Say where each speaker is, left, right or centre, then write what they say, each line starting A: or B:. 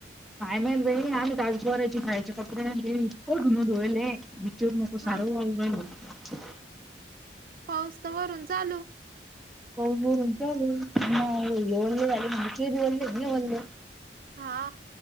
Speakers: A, in the centre; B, on the right.
A: काय माहीत बाई आम्ही तर पोरांची ह्यांची कपडे आणि ते इतकं धुन धुवायले चिरु नको
B: हा
A: सारं वाहू राहिले
B: पाऊस तर वरून चालू
A: पाऊस वरून चालू हे वल्ले झाले म्हणले ते बी वल्ले झाले म्हणले
B: हा